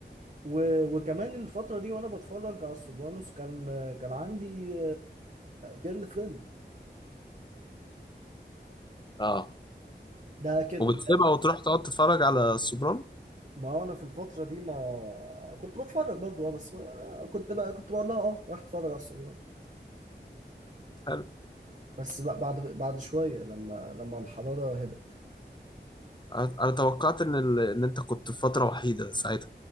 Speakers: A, on the right (about 45°); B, on the left (about 25°).
A: و... وكمان الفتره دي وانا بتفرج على السوبرانوس كان كان عندي جيرل فريند
B: اه
A: ده كده
B: وبتسيبها وتروح تقعد تتفرج على السوبرانو
A: ما هو انا في الفتره دي ما كنت بتفرج برضو اه بس ما... آه، كنت بقى كنت بقول لها اه راح اتفرج على السوبرانوس
B: حلو
A: بس بقى بعد بعد شويه لما لما الحراره هدت
B: انا أنا توقعت ان ال... ان انت كنت في فتره وحيده ساعتها